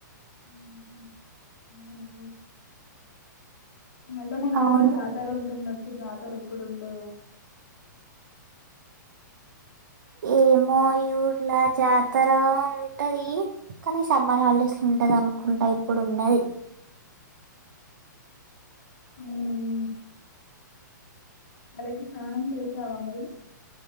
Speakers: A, on the left; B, on the right.
A: హుహు. అవునా! మళ్ళీ మన ఊర్లో
B: అవును
A: జాతర ఉంటుండొచ్చు జాతర ఎప్పుడుంటదో
B: ఏమో ఈ ఊర్లో జాతర ఉంటది కానీ సమ్మర్ హాలిడేస్లో ఉంటది అనుకుంటా ఇప్పుడు ఉండది
A: అవునవును. తలకి స్నానం చేసావా మరి